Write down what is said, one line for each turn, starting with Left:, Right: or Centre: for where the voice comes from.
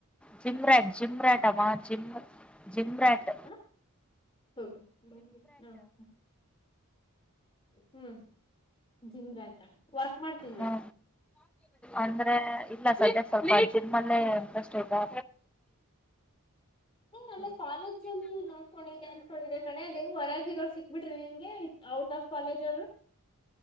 Centre: ಜಿಮ್ ರಾಟ್ ಜಿಮ್ ರಾಟ್ಮ್ಮ ಜಿಮ್ ಜಿಮ್ ರಾಟ್
Left: ಹಾ ಹೌದು ಬಿ ಹ <unintelligible> ಹ್ಮ್ ಜಿಮ್ರ ಆಯ್ತಾ ವರ್ಕ್ ಮಾಡ್ತೀನ್ವಾ
Centre: ಹ್ಮ ಅಂದ್ರೆ ಇಲ್ಲ ಸದ್ಯಕ್ ಸ್ವಲ್ಪ ಸಿನಮಲ್ಲೇ ಇಂಟ್ರೆಸ್ಟ್ ಆಯತಾ
Left: ನೀನ್ ಅಲ್ಲೇ ಕಾಲೇಜ ಅಲ್ಲಿ ನೋಡ್ಕೊಂಡಿದ್ದಾನ ಕಣೆ ಅದ ಹೆಂಗ ಹೊರಗ ಇರೋ ಸಿಕ್ಬಿಟ್ರಿ ನಿನ್ಗೆತ್ ಔಟ್ ಆಫ್ ಕಾಲೇಜ್ ಅವ್ರು